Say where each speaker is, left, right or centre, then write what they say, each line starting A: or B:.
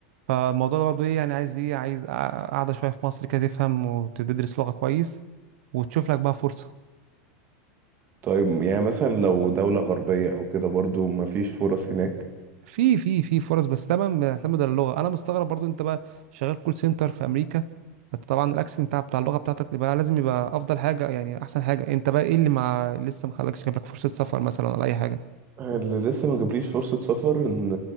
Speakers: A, on the right (about 60°); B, on the right (about 25°).
A: فالموضوع ده برضو إيه يعني عايز إيه عايز قع- قعدة شوية في مصر كده تفهم وتدرس لغة كويس وتشوف لك بقى فرصة
B: طيب يعني مثلا لو دولة غربية او كده برضو ما فيش فرص هناك
A: في في في فرص بس طبعا بيعتمد على اللغة أنا مستغرب برضو أنت بقى شغال كول سنتر في أمريكا فأنت طبعا الأكسنت بتاع بتاع اللغة بتاعتك يبقى لازم يبقى أفضل حاجة يعني أحسن حاجة أنت بقى إيه اللي مع لسه مخلكش جاب لك فرصة سفر مثلا ولا أي حاجة
B: اللي لسه ما جابليش فرصة سفر ان